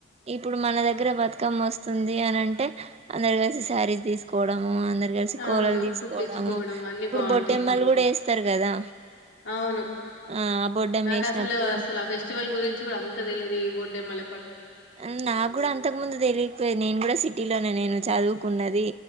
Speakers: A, on the right; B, on the left.
A: ఇప్పుడు మన దగ్గర బతుకమ్మ వస్తుంది అని అంటే అందరు కలిసి శారీస్ తీసుకోవడం అందరు కలిసి
B: అవును
A: కోలలు తీసుకోవడము
B: కుట్టించుకోవడం అన్ని
A: ఇప్పుడు
B: బాగుంటాయి
A: బొడ్డెమ్మలు కూడా ఎస్ స్తరు కదా
B: అవును
A: ఆ బొడ్డెమ్మ
B: నాకు
A: వేసినప్పుడు
B: అసలు అసలు ఆ ఫెస్టివల్ గురించి కూడా అం తెలిదు ఈ బోడ్డెమ్మ ల
A: అ నా కూడా అంతకు ముందు తెలీ ది నేను కూడా సిటీలోనే నేను చదువుకున్నది